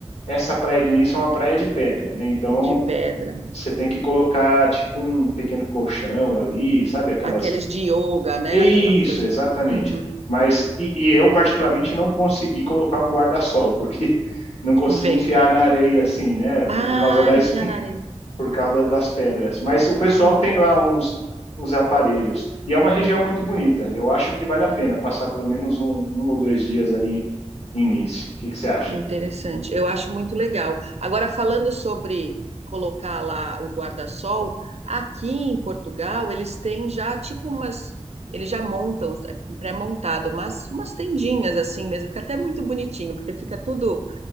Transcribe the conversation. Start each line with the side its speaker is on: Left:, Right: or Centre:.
Left: essa praia de início é uma praia de pedra, né? Então
Right: De pedra, né?
Left: você tem que colocar tipo um pequeno colchão ali, sabe? Aquelas.
Right: Aqueles de yoga, né?
Left: Isso,
Right: Aquela coisa.
Left: exatamente.
Right: Uhum.
Left: Mas e, e eu, particularmente, não consegui colocar um guarda-sol, porque <laughs> não consegui
Right: O vento.
Left: enfiar na areia assim, né? Por
Right: Ah,
Left: causa da
Right: enfiar na areia.
Left: por causa das pedras. Mas o pessoal
Right: Entendi.
Left: tem lá uns, uns aparelhos. E é uma região muito bonita. Eu acho que vale a
Right: Ah.
Left: pena passar pelo menos um, um ou dois dias ali em, em Nice. O que, que você acha?
Right: Interessante. Eu acho muito legal. Agora, falando sobre colocar lá o guarda-sol, aqui em Portugal eles têm já tipo umas. Eles já montam, é pré-montado, umas, umas tendinhas assim mesmo. Fica até muito bonitinho, porque fica tudo